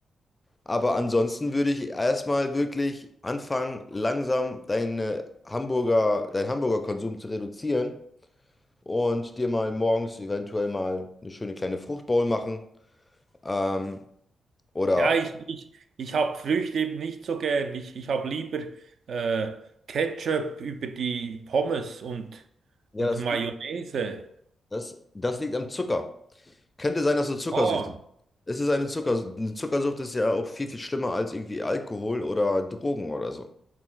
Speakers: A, on the left; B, on the right.
A: Aber ansonsten würde ich erstmal wirklich anfangen, langsam deine Hamburger, deinen Hamburger-Konsum zu reduzieren und dir mal morgens eventuell mal eine schöne kleine Fruchtbowl machen. Ähm, Oder
B: Ja, ich, ich, ich habe Früchte eben nicht so gern. Ich, ich habe lieber äh, Ketchup über die Pommes und,
A: Ja,
B: und
A: das,
B: Mayonnaise.
A: das, das liegt am Zucker. Könnte sein, dass du Zuckersüchtig
B: Ah,
A: bist. Es ist eine Zucker, eine Zuckersucht ist ja auch viel, viel schlimmer als irgendwie Alkohol oder Drogen oder so.